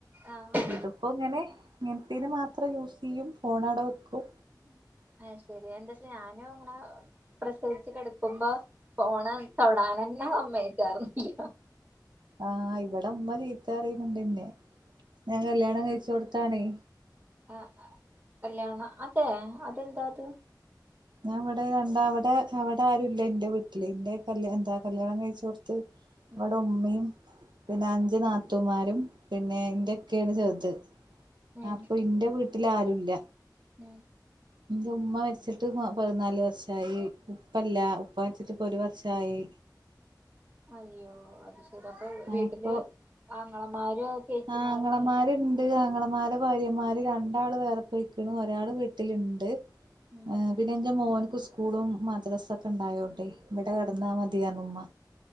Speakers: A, on the right; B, on the right.
A: ആഹ്
B: ഇതിപ്പോ ഇങ്ങനെ ഇ തിന് മാത്രം യൂസ് ചെയ്യും ഫോണാട വെക്കും
A: ആയ് ശെരി എന്താച്ച ഞാനും ഇങ്ങനെ പ്രസവിച്ച് കെടുക്കുമ്പോ ഫോണ് തൊടൻ ന്നെ സമ്മതിക്കാറില്ല
B: ആഹ് ഇവിടെ ഉമ്മ ചീത്ത പറയ്ന്ന്ണ്ട്ന്നെ ഞാൻ കല്യാണം കഴിച്ചു കൊടു ത്താണേ
A: ആ കല്യാണം അതെ അതെന്താ ത്
B: ഞാൻ ഇവടെ രണ്ടാ അവടെ അവടെ ആരുല്ല ന്റെ വീട്ടില് ഇന്റെ കല് എന്താ കല്യാണം കഴിച്ച് കൊടു ത്ത്‌
A: ഉം
B: ഇവടെ ഉമ്മേം പിന്നെ അഞ്ച് നാത്തുമാരും പിന്നെ എന്റെ ഇക്കയാണ് ചെറുത്
A: ഉം
B: അപ്പൊ എന്റെ വീ ട്ട്ലാരുല്ല
A: ഉം
B: ഇന്റെ ഉമ്മ മരിച്ചിട്ട് പതിനാല് വർഷയി ഉപ്പല്ല ഉപ്പ മരിച്ചിട്ട്പ്പൊ ഒരു വർഷായി
A: അയ്യോ അത് ശരി അപ്പൊ വീട്ടില്
B: അപ്പൊ
A: ആങ്ങളമാരോ ചേച്ചിമാരോ
B: ആഹ് ആങ്ങളമാരുണ്ട്
A: അങ്ങ
B: ആങ്ങളമാരെ ഭാര്യമാര് രണ്ടാള് വേറെ പോയിക്ക്ണ ഒരാള് വീട്ടില്ണ്ട്
A: ഉം
B: ആ പിന്നെ ഇന്റെ മോന് സ്കൂളും മദ്രസൊക്കെ ഉണ്ടായോ ണെ ഇവിടെ കിടന്നാ മതിയർഞ്ഞുമ്മ